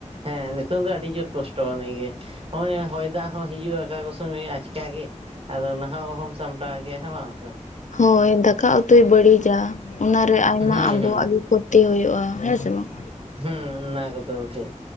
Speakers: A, on the right (about 45°); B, on the left (about 70°).
A: ᱦᱮᱸ ᱱᱤᱛᱚᱝ ᱫᱚ ᱟᱹᱰᱤ ᱡᱳᱨ ᱠᱚᱥᱴ ᱴᱚ ᱱᱤᱭᱟᱹ ᱜᱮ ᱱᱚᱜᱼᱚᱭ ᱦᱚᱭ ᱫᱟᱜ ᱦᱚᱸ ᱦᱤᱡᱩᱜᱼᱟ ᱚᱠᱟ ᱠᱚ ᱥᱚᱢᱚᱭ ᱟᱪᱠᱟ ᱜᱮ ᱟᱫᱚ ᱱᱟᱦᱟᱜ ᱚᱦᱚᱢ ᱥᱟᱢᱴᱟᱣ ᱜᱮᱭᱟ ᱦᱮᱸ ᱵᱟᱝ ᱥᱮ
B: ᱦᱳᱭ ᱫᱟᱠᱟ ᱩᱛᱩᱭ ᱵᱟᱹᱲᱤᱡᱟ ᱚᱱᱟᱨᱮ ᱟᱭᱢᱟ
A: ᱦᱩᱸ
B: ᱟᱵᱚᱣᱟᱜ
A: ᱦᱩᱸ
B: ᱜᱤ ᱠᱷᱚᱛᱤ ᱦᱩᱭᱩᱜᱼᱟ ᱦᱮᱸ ᱥᱮ ᱵᱟᱝ
A: ᱦᱩᱸ ᱚᱱᱟ ᱠᱚᱫᱚ ᱴᱷᱤᱠ